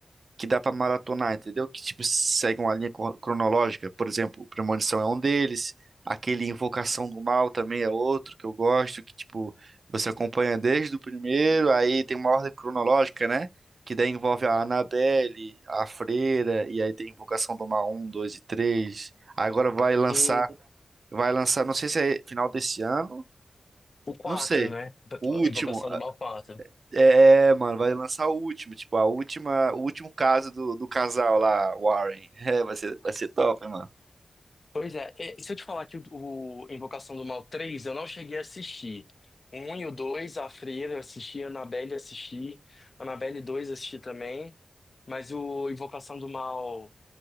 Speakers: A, on the right; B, on the left.
A: que dá pra maratonar, entendeu? Que tipo segue uma linha cro- cronológica. Por exemplo, Premonição é um deles. Aquele Invocação do Mal também é outro que eu gosto. Que tipo você acompanha desde o primeiro, aí tem uma ordem cronológica, né? Que daí envolve a Annabelle, a Freira, e aí tem Invocação do Mal um 2 e três Agora vai lançar.
B: Sim,
A: Vai lançar, não sei se é final desse ano,
B: o 4,
A: não sei.
B: né?
A: O último.
B: Invocação do Mal Quatro.
A: É, é, mano, vai lançar o último, tipo, a última, o último caso do, do casal lá, Warren. <laughs> É, vai ser, vai ser top, hein, mano.
B: Pois é, e se eu te falar que o, o Invocação do Mal Três, eu não cheguei a assistir. O 1 e o 2, a Freira eu assisti, a Annabelle eu assisti, a Annabelle dois eu assisti também, mas o Invocação do Mal